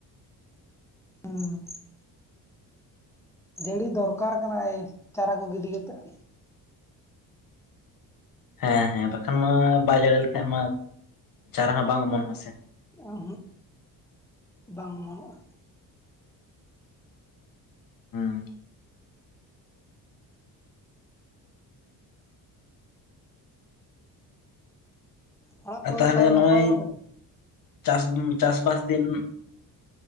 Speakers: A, in the centre; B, on the left.
A: ᱦᱩᱸ ᱾ ᱡᱟᱹᱲᱤ ᱫᱚᱨᱠᱟᱨ ᱠᱟᱱᱟᱭ ᱪᱟᱨᱟ ᱠᱚ ᱜᱤᱰᱤ ᱠᱟᱛᱮᱫ ᱾
B: ᱦᱮᱸ ᱦᱮᱸ ᱵᱟᱠᱷᱟᱱ ᱢᱟ ᱵᱟᱭ ᱡᱟᱲᱤ ᱞᱮᱠᱷᱟᱡ ᱢᱟ ᱪᱟᱨᱟ ᱦᱚᱸ ᱵᱟᱝ ᱚᱢᱚᱱᱚᱜᱼᱟ ᱥᱮ ᱾
A: ᱩᱸ-ᱦᱩᱜ ᱵᱟᱝ ᱚᱢᱚᱱᱚᱜᱼᱟ ᱾
B: ᱦᱩᱸ ᱾
A: ᱚᱲᱟᱜ
B: ᱟᱨ
A: ᱠᱚᱨᱮ
B: ᱛᱟᱦᱞᱮ
A: ᱫᱚ ᱛᱟᱦᱚᱞᱮ ᱱᱟᱯᱟᱭ
B: ᱱᱚᱜᱼᱚᱭ
A: ᱵᱟᱲᱟ ᱜᱮ
B: ᱪᱟᱥ ᱪᱟᱥᱵᱟᱥ ᱫᱤᱱ